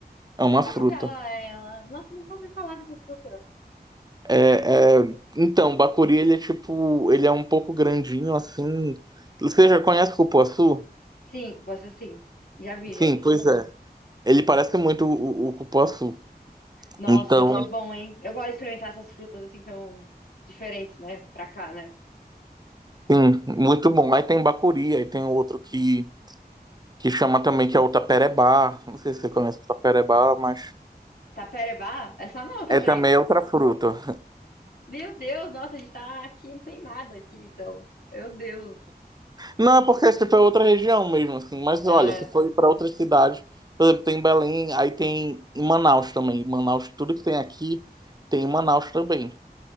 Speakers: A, on the right; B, on the left.
A: É uma
B: Como
A: fruta.
B: que ela é? Ela... Nossa, eu nunca ouvi falar dessa fruta.
A: É, é... Então, o bacuri, ele é tipo, ele é um pouco grandinho, assim. Você já conhece o cupuaçu?
B: Cinco, pode ser assim. Já vi,
A: Sim,
B: já vi.
A: pois é. Ele parece muito o, o cupuaçu.
B: Nossa,
A: Então,
B: deve ser bom, hein? Eu gosto de experimentar essas frutas assim que são diferentes, né? Pra cá, né?
A: sim, muito bom. Aí tem bacuri, aí tem outro que, que chama também, que é o taperebá. Não sei se você conhece o taperebá, mas
B: Taperebá? Essa não também.
A: é também outra fruta.
B: Meu Deus, nossa, a gente tá aqui, não tem nada aqui, então. Meu Deus.
A: Não, é porque tipo, é outra região mesmo, assim. Mas
B: É,
A: olha, se for para outras cidades, por exemplo, tem Belém, aí tem em Manaus também. Em Manaus, tudo que tem aqui tem em Manaus também.